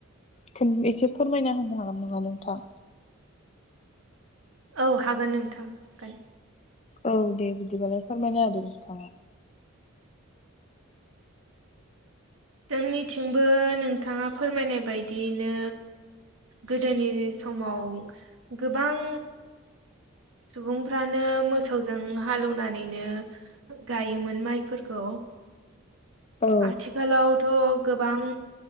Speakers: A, on the left; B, on the right.
A: खोन एसे फोरमायना होनो हागोन नामा नोंथां
B: औ हागोन नोंथां हागोन
A: औ दे बिदिबालाय फोरमायनो होद नोंथाङा
B: जोंनिथिंबो नोंथाङा फोरमायनाय बायदिनो गोदोनि समाव गोबां सुबुंफ्रानो मोसौजों हालेवनानैनो गायोमोन माइफोरखौ
A: औ
B: आथिखालाव थ' गोबां